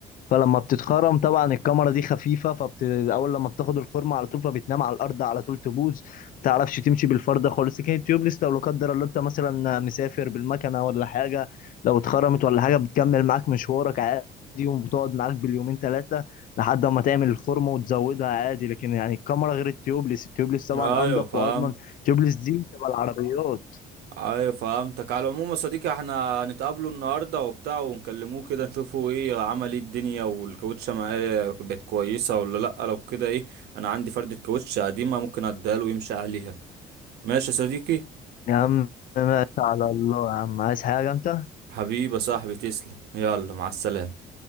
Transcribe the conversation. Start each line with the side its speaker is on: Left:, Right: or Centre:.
Left: فلما بتتخرم طبعا الكاميرا دي خفيفه فبت... اول لما بتاخد الخرم على طول فبتنام على الارض على طول تبوظ ما بتعرفش تمشي بالفرده خالص لكن التيوبليس لو لا قدر الله انت مثلا مسافر بالمكنه ولا حاجه لو اتخرمت ولا حاجه بتكمل معاك مشوارك عادي وبتقعد معاك باليومين ثلاثه لحد ما تعمل الخرم وتزودها عادي لكن يعني الكاميرا غير التيوبليس التيوبليس طبعا
Right: ايوه
Left: انضف
Right: فهمت
Left: واضمن التيوبليس دي بتبقى العربيات
Right: ايوه فهمتك على العموم يا صديقي احنا هنتقابله النهارده وبتاع ونكلموه كده نشوفه ايه عمل ايه الدنيا والكاوتشه معاه بقت كويسه ولا لا لو كده ايه انا عندي فردة كاوتشه قديمه ممكن اديها له ويمشي عليها ماشي يا صديقي
Left: يا عم ماشي على الله يا عم عايز حاجه انت
Right: حبيبي يا صاحبي تسلم يلا مع السلامه